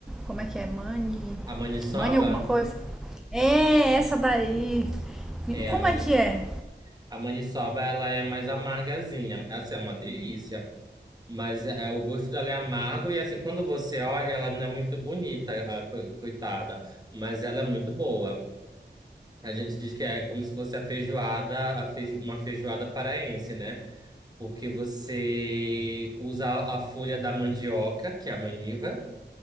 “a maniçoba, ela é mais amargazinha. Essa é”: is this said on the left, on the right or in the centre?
Right